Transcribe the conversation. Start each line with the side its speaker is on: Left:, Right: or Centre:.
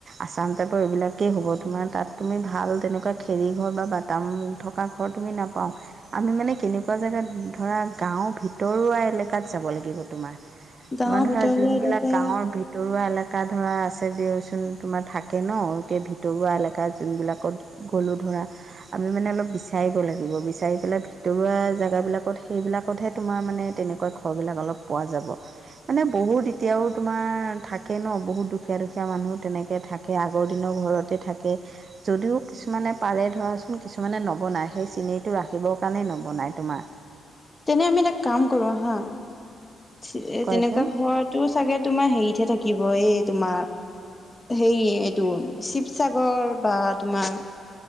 Right: আচাম টাইপৰ এইবিলাকেই হ'ব। তোমাৰ তাত তুমি ভাল তেনেকুৱা খেৰীঘৰ বা বাটাম থ থকা ঘৰ তুমি নাপাওঁ, আমি মানে কেনেকুৱা জেগাত ধৰা গাঁওৰ ভিতৰুৱা এলেকাত যাব লাগিব তোমাৰ,
Left: গাঁৱৰ
Right: তোমাৰ ধৰা
Left: ভিতৰুৱা
Right: যোনবিলাক
Left: এলেকা
Right: গাঁৱৰ ভি ভিতৰুৱা এলেকা ধৰা আছে দিয়চোন তোমাৰ থাকে ন একে ভিতৰুৱা এলেকা যোনবিলাকত গ'লোঁ ধৰা। আমি মানে অলপ বিচাৰিব লাগিব, বিচাৰি পেলাই ভিতৰুৱা জেগাবিলাকত সেইবিলাক <unintelligible> তোমাৰ মানে তেনেকুৱা ঘৰবিলাক অলপ পোৱা যাব। মানে বহুত এতিয়াও তোমাৰ থাকে ন' বহুত দুখীয়া, দুখীয়া মানুহ তেনেকে থা কে আগৰ দিনৰ ঘৰতে থাকে যদিও কিছুমানে পাৰে ধৰাচোন কিছুমানে নবনায়, সেই চিনেৰিটো ৰাখিবৰ কাৰণেই নবনায় তোমাৰ।
Left: তেনে আমি এটা কাম কৰোঁ আহা এ,
Right: কোৱাচোন
Left: তেনেকুৱা ঘৰত তোৰ চাগে তোমাৰ হেৰিতহে থাকিব এই তোমাৰ হেৰি এইটো শিৱসাগৰ বা তোমাৰ